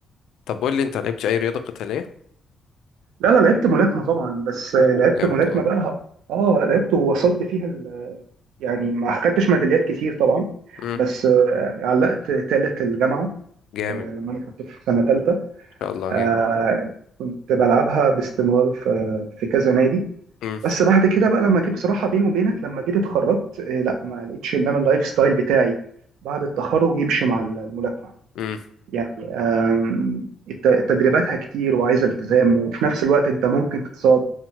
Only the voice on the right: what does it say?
لا لا لعبت ملاكمة طبعا بس
لعبت
ملاكمة
بقى اه لا لعبت ووصلت فيها ال... يعني ما خدتش ميداليات كتير طبعا
بس آه، علقت تالت الجامعة
آه،
لما انا كنت في سنة تالتة
آه،
كنت بلعبها باستمرار في في كذا نادي
بس بعد كده بقى لما جيت بصراحة بيني وبينك لما جيت اتخرجت آه، لا ما لقيتش ان انا اللايف ستايل بتاعي بعد التخرج يمشي مع الملاكمة
يعني آم، الت- تدريباتها كتير وعايزة التزام وفي نفس الوقت انت ممكن تتصاب